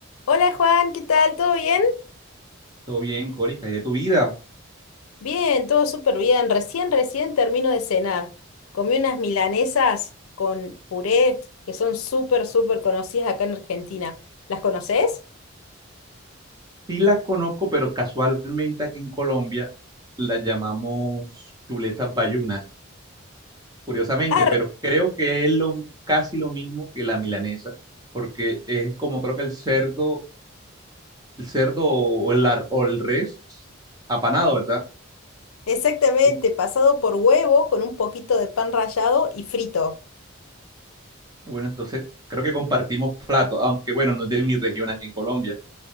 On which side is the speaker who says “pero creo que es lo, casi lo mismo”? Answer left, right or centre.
Right